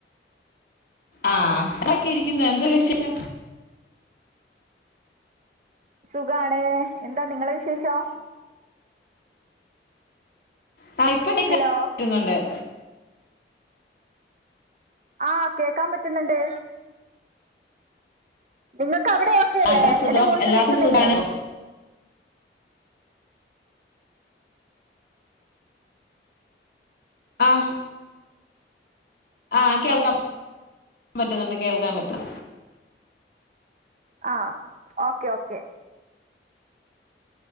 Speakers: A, on the left; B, on the right.
A: ആഹ് അതാക്കി ഇരിക്കുന്നു എന്താ വിശേഷം
B: സുഖാണ് എ- എന്താ നിങ്ങളെ വിശേഷം
A: പൈപ്പടൊക്കെരുന്നുണ്ട്-
B: ഹലോ ആഹ് കേക്കാൻ പറ്റുന്നുണ്ട് നിങ്ങ- അവിടെ ഓക്കെല്ലേ
A: ആ, ഇവിടെ സുഖം
B: എന്റെ വോയ്സ്
A: എല്ലാവർക്കും
B: കേൾക്കുന്നില്ലേ
A: സുഖമാണ് ആഹ് ആ കേൾക്കാം
B: ആഹ്
A: ൻ പറ്റുന്നുണ്ട് കേൾക്കാൻ പറ്റും
B: ആഹ് okay okay